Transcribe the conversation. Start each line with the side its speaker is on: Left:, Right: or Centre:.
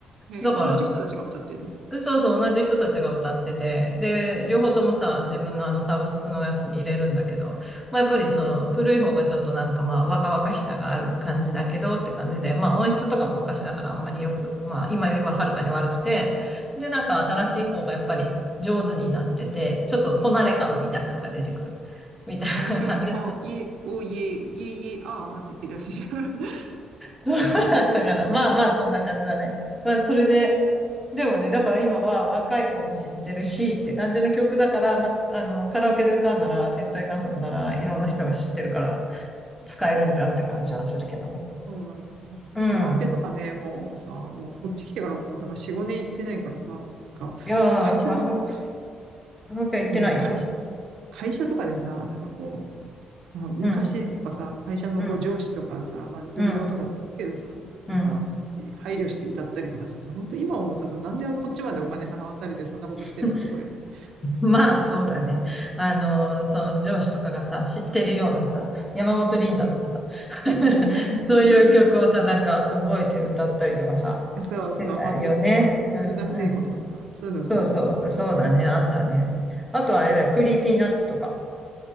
Right: で、
Centre: だか
Right: 同じ人たちが歌ってるの。
Centre: そうそう、同じ人たちが歌ってて、で、両方ともさ、自分のあのサブスクのやつに入れるんだけど、まあやっぱりその古い方がちょっとなんかまあ若々しさがある感じだけどって感じで、
Right: うん。
Centre: まあ音質とかも昔だからあんまりよく、まあ今よりははるかに悪くて、で、なんか新しい方がやっぱり上手になってて、ちょっとこなれ感みたいなのが出てくる。みたいな感じ。
Right: あれでしょ基本、イエ、おイエ、イエイエあーって言ってるやつでしょ <laughs>
Centre: そうだったから、まあまあそんな感じだね。まあそれで、でもね、だから今は若い子も知ってるしって感じの曲だから、ま、あの、カラオケで歌うなら、天体観測ならいろんな人が知ってるから使えるんじゃんって感じはするけどね。
Right: ああそうなんだ。
Centre: うん。
Right: カラオケとかね、もうさ、もうこっち来てからもう、だから4、5年行ってないからさ、もうなんか、
Centre: いやー、
Right: 会社とか、
Centre: カラオケ、
Right: 会
Centre: カラオケは行ってないよ。
Right: ね、会社、会社とかでさ、なんかこまあ、昔とかさ、
Centre: うん、
Right: 会社のこう上司とかさ、
Centre: うん、
Right: まあ、同僚とかって言うけどさ、
Centre: うん、うん。
Right: なんか、配慮して歌ったりとかしてさ、本当今思うとさ、なんでこっちまでお金払わされてそんなことしてんだってこれよね。
Centre: <laughs> まあそうだね。あのその上司とかがさ、知ってるようなさ、山本リンダとかさ、<laughs>
Right: うん
Centre: そういう曲をさ、
Right: <laughs>
Centre: なんか覚えて歌ったりとかさ、
Right: そうそう、
Centre: してたよね。
Right: 松、松田聖子とかさ、
Centre: うん、うん。
Right: そういうの歌ってさ、
Centre: そうそう、そうだね、あったね。あとあれだよ、クリーピーナッツとか。